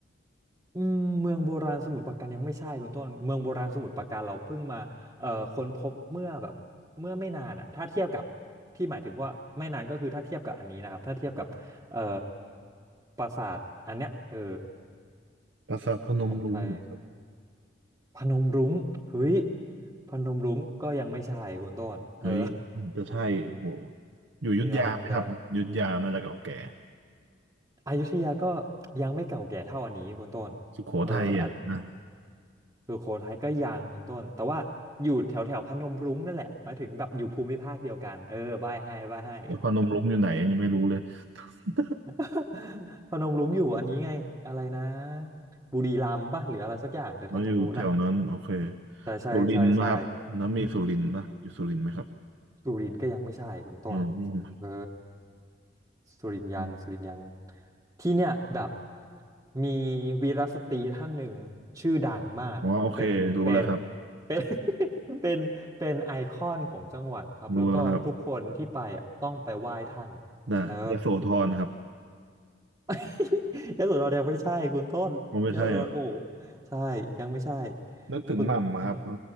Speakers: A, on the right; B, on the right.
A: อืมเมืองโบราณสมุทรปราการยังไม่ใช่คุณต้นเมืองโบราณสมุทรปราการเราเพิ่งมาเอ่อค้นพบเมื่อแบบเมื่อไม่นานอ่ะถ้าเทียบกับที่หมายถึงว่าไม่นานก็คือถ้าเทียบกับอันนี้นะครับถ้าเทียบกับเอ่อปราสาทอันเนี้ยเออ
B: ปราสาทพนมรุ้งครับ
A: ของไทยพนมรุ้งเฮ้ยพนมรุ้งก็ยังไม่ใช่คุณต้นเออ
B: เฮ้ยจะใช่โอ้โหอยู่อยุธยาไหมครับอยุธยาน่าจะเก่าแก่
A: <laughs> ยังยัง อยุธยาก็ยังไม่เก่าแก่เท่าอันนี้คุณต้น
B: สุโขทัยอ่ะนะ
A: เอออันสุโขทัยก็ยังคุณต้นแต่ว่าอยู่แถวแถวพนมรุ้งนั่นแหละหมายถึงแบบอยู่ภูมิภาคเดียวกันเออใบ้ให้ใบ้ให้
B: แต่พนมรุ้งอยู่ไหนยังไม่รู้เลย <laughs>
A: <laughs> พนมรุ้งอยู่อันนี้ไงอะไรนะบุรีรัมย์ป่ะหรืออะไรสักอย่างแถวแถวตรงนู้นอ่ะ
B: แล้วอยู่แถวนั้นโอเค
A: ใช่ใช่ใช่ใช่
B: สุรินทร์นะครับน้ำมีสุรินทร์ปะอยู่สุรินทร์ไหมครับ
A: สุรินทร์ก็ยังไม่ใช่คุณต้น
B: อืมอม
A: เออสุรินทร์ยังสุรินทร์ยัง
B: อ
A: ที่เนี่ยแบบมีวีรสตรีท่านหนึ่งชื่อดังมากเป็นเป็น
B: มอ๋อโอเครู้แล้วครับ
A: เป็น <laughs> เป็นเป็นไอคอนของจังหวัดครับแล้วก็ทุกคนที่ไปอ่ะต้องไปไหว้ท่าน
B: <laughs> รู้แล้วครับน่ะยโสธรครับ
A: เออ <laughs> ยโสธรยังไม่ใช่คุณต้นยโสธรโอ้
B: มันไม่ใช่เหรอ
A: ใช่ยังไม่ใช่
B: นึกถึงหม่ำอะครับเออ
A: คุณอืม